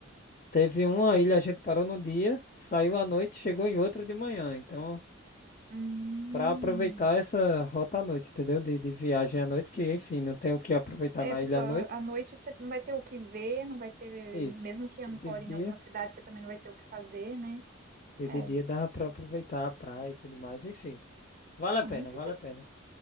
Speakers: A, on the left; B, on the right.
A: teve uma ilha, a gente parou no dia, saiu à noite, chegou em outra de manhã. Então,
B: hum.
A: para aproveitar essa rota à noite, entendeu? De, de viagem à noite, que enfim, não tem o que aproveitar
B: É,
A: na
B: porque
A: ilha
B: ó,
A: à noite.
B: à noite você não vai ter o que ver, não vai ter,
A: Isso.
B: mesmo que ancore
A: E de dia,
B: em alguma cidade, você também não vai ter o que fazer, né?
A: e
B: É,
A: de dia dava para aproveitar a praia e tudo mais, enfim. Vale
B: ah,
A: a pena,
B: muito,
A: vale
B: inter-
A: a pena.